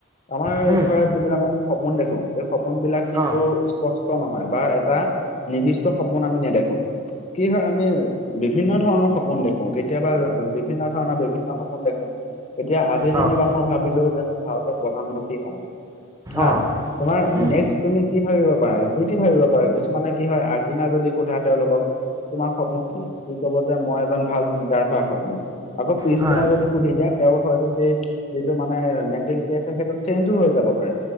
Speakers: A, on the left; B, on the right.
A: আমাৰ
B: উম,
A: ধৰা যিবিলাক আমি সপোন দেখো এই সপোন বিলাক কিন্তু
B: অ',
A: স্প ত নহয় বা এটা নিৰ্দিষ্ট সপোন আমি নেদেখো কি হয় আমি। বিভিন্ন ধৰণৰ সপোন দেখো কেতিয়াবা আ বিভিন্ন ধৰণৰ বিভিন্ন সপোন দেখো। এতিয়া আজি
B: অ',
A: যেনিবা মই ভাবিলো যে মই ভাৰতৰ প্ৰধানমন্ত্ৰী হ'ম। হা
B: অ',
A: তোমাৰ
B: উম,
A: নেক্স। তুমি কি ভাবিব পাৰা যি টি ভাবিব পাৰা কিছুমানে কি হয় আগদিনা যদি সোধা তেওঁলোকক। তোমাৰ সপোন কি সি কব যে মই এজন ভাল চিংগাৰ হোৱা সপোন আকৌ পিছদিনা
B: হয়,
A: যদি। সুধি দিয়া তেওঁ হয়তো সেই যিটো মানে মেণ্টেলিটি আছে সেইটো চেঞ্জো হৈ যাব পাৰে।